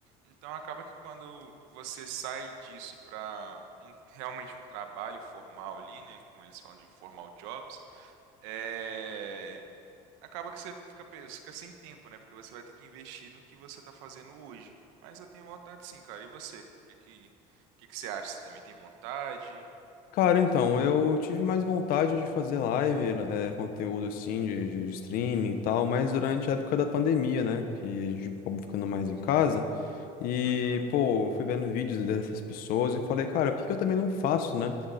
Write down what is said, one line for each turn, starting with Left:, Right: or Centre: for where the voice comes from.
Right: Então acaba que quando você sai disso para realmente um trabalho formal ali, né? Como eles falam de formal jobs, é, acaba que você fica, pe- fica sem tempo, né? Porque você vai ter que investir no que você está fazendo hoje. Mas eu tenho vontade sim, cara. E você? O que, que, que, que você acha? Você também tem vontade?
Left: Cara, então, eu tive mais vontade de fazer live, eh, conteúdo assim, de, de streaming e tal, mas durante a época da pandemia, né, que a gente acabou ficando mais em casa, e,
Right: Uhum,
Left: pô, eu fui vendo vídeos dessas pessoas e falei, cara, por que que eu também não faço, né?